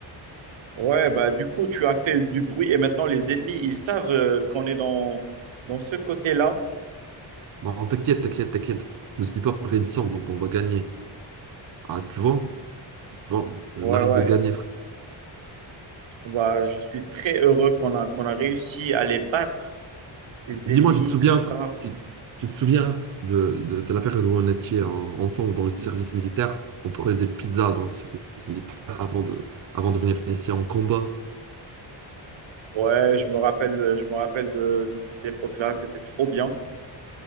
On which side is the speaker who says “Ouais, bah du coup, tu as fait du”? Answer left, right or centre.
Right